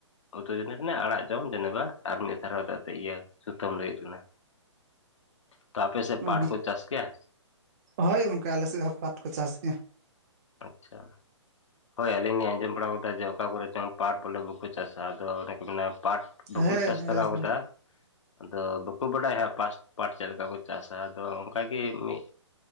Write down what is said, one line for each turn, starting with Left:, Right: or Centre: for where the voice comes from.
Left: ᱩᱛᱩ ᱡᱟᱹᱱᱤ ᱨᱮᱱᱟᱜ ᱟᱲᱟᱜ ᱡᱚᱢ ᱡᱮᱱᱮ ᱟᱨ ᱢᱤᱫ ᱫᱷᱟᱨᱟᱛᱮᱫ ᱤᱭᱟᱹ ᱥᱩᱛᱟᱹᱢ ᱞᱟᱹᱜᱤᱫ ᱠᱟᱱᱟ᱾ ᱛ ᱟᱯᱮ ᱥᱮ ᱯᱴ
Right: ᱚ
Left: ᱠᱚ ᱪᱟᱥ ᱜᱮᱭᱟ
Right: ᱦᱳᱭ ᱜᱚᱝᱠᱮ ᱟᱞᱮ ᱥᱮᱫ ᱦᱚᱸ ᱯᱟᱴ ᱠᱚ ᱪᱟᱥ ᱜᱮᱭᱟ᱾
Left: ᱟᱪᱪᱷᱟ ᱦᱳᱭ ᱟᱹᱞᱤᱧ ᱞᱤᱧ ᱟᱸᱡᱚᱢ ᱵᱟᱲᱟᱣ ᱠᱟᱫᱟ ᱡᱮ ᱚᱠᱟ ᱠᱚᱨᱮ ᱪᱚᱝ ᱯᱟᱴ ᱵᱚᱞᱮ ᱵᱟᱠᱚ ᱪᱟᱥᱟ ᱟᱫᱚ ᱚᱱᱮᱠᱚ ᱢᱮᱱᱟ ᱯᱟᱴ ᱵᱟᱠᱩ
Right: ᱦᱮᱸ
Left: ᱪᱟᱥ
Right: ᱦᱮᱸ
Left: ᱞᱟᱜᱟᱣ ᱠᱟᱫᱟ ᱟᱫᱚ ᱵᱟᱠᱚ ᱵᱟᱰᱟᱭᱼᱟ ᱦᱚᱜ ᱯᱟᱥ ᱯᱟᱴ ᱪᱮᱫ ᱞᱮᱠᱟ ᱠᱚ ᱪᱟᱥᱟ, ᱟᱫᱚ ᱚᱱᱠᱟᱜᱮ ᱢᱤᱫ